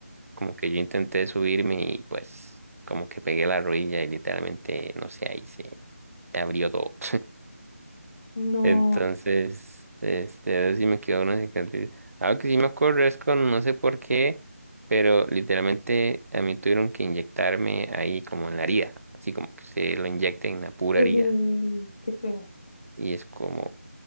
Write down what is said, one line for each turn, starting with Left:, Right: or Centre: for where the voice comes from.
Right: Como que yo intenté subirme y pues como que pegué la rodilla y literalmente, no sé, ahí se, se abrió todo.
Left: No,
Right: Entonces, este, a ver si me quedó una cicatriz. Algo que sí me acuerdo es con, no sé por qué, pero literalmente a mí tuvieron que inyectarme ahí como en la herida, así como que se lo inyecten en la pura
Left: Ujú,
Right: herida.
Left: qué feo,
Right: Y es como,